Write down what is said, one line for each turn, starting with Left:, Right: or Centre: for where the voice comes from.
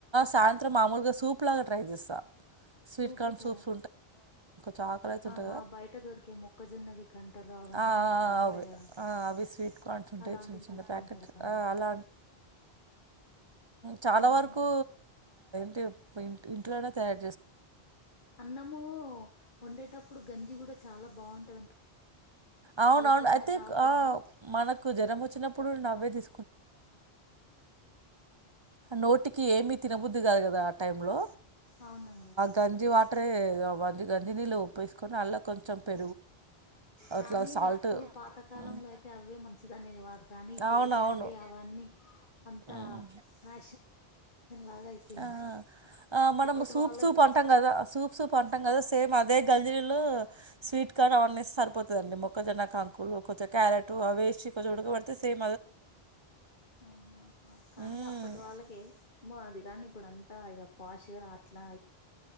Right: సాయంత్రం మామూలుగా సూప్ లాగా ట్రై చేస్తాను స్వీట్
Left: సూపు
Right: కార్న్
Left: త
Right: సూప్స్ ఉంటాయి కదా చాక్ల ఉంటు
Left: ఆహా
Right: కద
Left: బయట దొరికే మొక్కజొన్నవి కంటలు అవన్నీ
Right: ఆ ఆ
Left: అట్లా ఉంటాయి
Right: అవి
Left: కదా
Right: ఆ అవి స్వీట్ కార్న్స్ ఉంటాయి
Left: అలాంటివి
Right: చిన్న చిన్న
Left: తీసుకుంటారా
Right: ప్యాకెట్ ఆ అలా అంటే తీసుకుంట చాలా
Left: ఉహు
Right: వరకు ట ఇ ఇంట్లోనే తయారు చేసుకుంటాను ఎక్కువ
Left: అన్నము వండేటప్పుడు గంజి కూడా చాలా బాగుంటదింటారు కదండి
Right: అవున
Left: అది ఎప్పుడన్నా
Right: అవును అయితే
Left: తాగుతారా
Right: ఆ
Left: మీరు
Right: మనకు జ్వరం వచ్చినప్పుడు నవ్వే తీసు తీూసుకుంటే
Left: ఆహా
Right: ఎక్కువ నోటికి ఏమిీ తినబద్దు దు కాద ఆ టైంలో
Left: అవునండి
Right: గంజి అంటరే అ గంజ నీళ్ళు ఉప్పుేసుకొని అల్లా కొంచెం పెరుగు అట్లా
Left: కానీ
Right: సాల్ట్
Left: అప్పుడు పాతకాలంలో
Right: హ్మ్.
Left: అయితే అవే మంచిదనేవారు కానీ ఇప్పుడైతే
Right: అవునవును.
Left: అండి అవన్నీ అంతా
Right: హ్మ్.
Left: ఆష ఓల్డ్ ఫ్యాషన్ లాగా అయిపోయింది
Right: ఆ ఆ మనము
Left: ఇప్పటి
Right: సూప్
Left: వాళ్ళకి
Right: సూప్ అంటాం కదా సూప్ సూప్ అంటాం కదా సేమ్ అదే గల్జీలో స్వీట్ కార్ట్ అవన్న సరిపోతుదండి మొక్కజొన్న కాంకులు కొంచెం క్యారెట్ అవిసి కొంచెం ఉడకబడితే సేమ్ అదే సూపు అవుతుది
Left: ఆహా కానీ
Right: మ్మ్
Left: అప్పటి వాళ్ళకిమి మాది కానీ ఇప్పుడ అంతా ఇక పాష్ అట్లా ఇట్లా అని